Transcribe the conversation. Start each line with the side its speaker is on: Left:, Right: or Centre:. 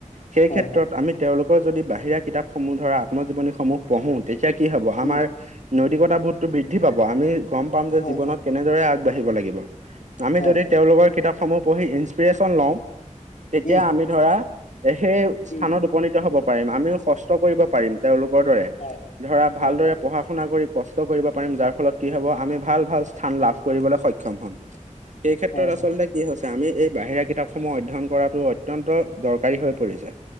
Right: সেইক্ষেত্ৰত
Left: হয় হয়
Right: আমি তেওঁলোকৰ যদি বাহিৰা কিতাপসমূহ ধৰা আত্মজীৱনীসমূহ পঢ়ো, তেতিয়া কি হব আমাৰ
Left: উম
Right: নৈতিকতা বোধটো বৃদ্ধি পাব আমি গম পাম যে
Left: হয়
Right: জীৱনত
Left: হয়
Right: কেনেদৰে আগবাঢ়িব লাগিব। আমি
Left: হয়
Right: যদি তেওঁলোকৰ কিতাপসমূহ পঢ়ি ইঞ্চপিৰেশ্যন লওঁ, তেতিয়া
Left: উম
Right: আমি ধৰা সেই স্থানত
Left: উম
Right: উপনীত হব পাৰিম, আমিও কষ্ট কৰিব পাৰিম তেওঁলোকৰ দৰে।
Left: হয়
Right: ধৰা ভালদৰে
Left: হয় হয়
Right: পঢ়া শুনা কৰি কষ্ট কৰিব পাৰিম যাৰ ফলত কি হ'ব, আমি ভাল ভাল স্থান লাভ কৰিবলে সক্ষম হ'ম। সেই ক্ষেত্ৰত
Left: হয়
Right: আচলতে
Left: হয়
Right: কি হৈছে আমি এই বাহিৰা কিতাপসমূহ অধ্যয়ন কৰাটো অত্যন্ত দৰকাৰী হৈ পৰিছে।